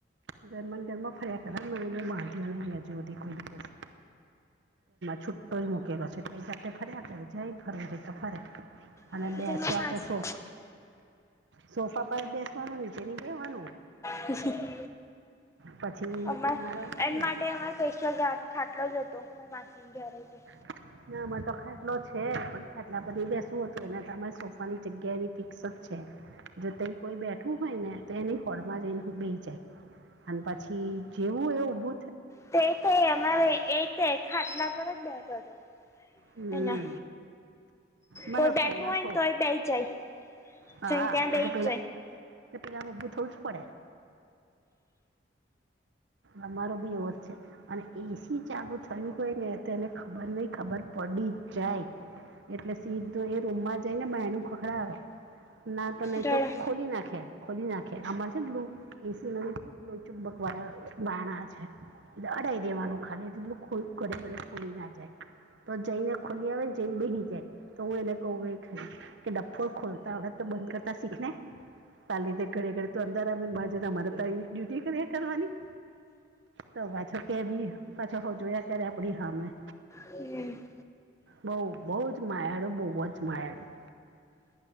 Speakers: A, on the right; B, on the left.
A: ગરમા ગરમા ફર્યા કરને મામાંહી <inaudible> અજ કોઈ દિવસ્ત છુટો જ મૂકેલો પછે તે સાથે ફર્યા કરે જાય ફરવા છે તો ફરે. અને
B: ઘરમાં
A: બેસવા
B: માસી
A: તો સોફ સોફા પર જ બેસવાનું નીચે નહી બેેવાનું.
B: ખુશી.
A: પછી
B: અમાર
A: ઉનાળો હોય
B: એમ માટે
A: ને
B: અમારે સ્પેશિયલ ઘા ખાટલો જ હતો માસીને ઘ
A: <inaudible> ના અમારે તો ખાટલો છે પણ ખાટલા પર બેસવું હતું એને તમારી સોફાની જગ્યા એની ફિક્સ જ છે જો તે કોઈ બેઠું હોય ને તો એની હોળમાં જ એ બેસી જાય અને પછી જેવું એવુ ઉભુ
B: તે તે અમારે એ તે ખાટલા પર જ બેહતો હતો
A: હમ
B: એના
A: મારો
B: કોઈ બેઠું
A: પેલા
B: હોય
A: હતો
B: ને તોય બેહી જાય
A: હા
B: જઈને ત્યાં
A: એટલે
B: બેહી
A: પેલા
B: જ
A: તો પેલા ને ઊભું થવું જ પડે તમારો બી એવો જ છે અને એસી ચાલુ થયું હોય ને તો એને ખબર નહિ ખબર પડી જાય એટલે સીધું એ રૂમમાં જઈ ને બાયણું ખખડાવે ના તો નહી
B: જાય
A: તો ખોલી નાખે ખોલી નાખે અમારે છેલું એસી ચુંબક વાળા બારણા છે અડાઈ દેવાનું ખાલી ઘડે ઘડે ખુલી ના જાય તો જઈને ખોલી આવે ને જઈને બેહી જાય તો હું એને કહું એ ખરી કે ડફોડ ખોલતા આવડે તો બંધ કરતા શીખ ને તાલીધતે ઘરે ઘડ તો અંદરાર આને બાજ અમારે તો ડ્યુટી કરી કરવાની તો પાછો કેવી પાછા હો જોયા ઘરે આપણી હામે
B: હમ
A: બઉ બઉ જ માયાળું બહુ જ માયાળું